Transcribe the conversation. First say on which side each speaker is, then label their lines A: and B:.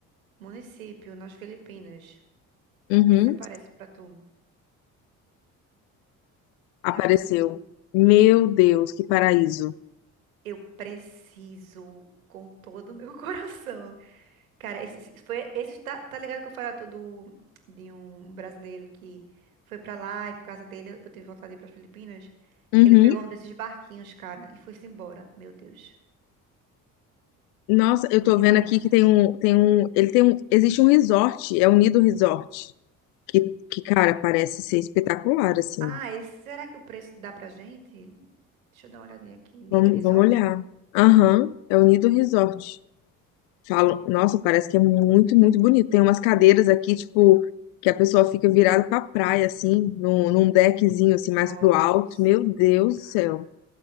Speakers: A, on the right; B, on the left.
A: município nas Filipinas.
B: Uhum.
A: Vê se aparece pra tu.
B: Apareceu.
A: Não é possível.
B: Meu Deus, que paraíso.
A: Eu preciso com todo o meu <laughs> coração. Cara, esse, esse- foi, esse tá, tá ligado que eu falei todo de um brasileiro que foi pra lá e por causa dele eu tive vontade de ir pras Filipinas.
B: Uhum.
A: Ele pegou um desses barquinhos, cara, e foi-se embora. Meu Deus,
B: Nossa, eu
A: foi
B: tô
A: demais.
B: vendo aqui que tem um, tem um, ele tem um, existe um resort, é o Nido Resort, que, que, cara, parece ser espetacular, assim.
A: Ah, esse, será que o preço dá pra gente? Deixa eu dar uma olhadinha aqui. Nido
B: Vamos,
A: Resort?
B: vamos olhar. Aham, é o Nido Resort. Falam, nossa, parece que é muito, muito bonito. Tem umas cadeiras aqui, tipo, que a pessoa fica virada pra praia, assim, num, num deckzinho, assim, mais
A: Nossa,
B: pro alto. Meu Deus
A: cara,
B: do céu,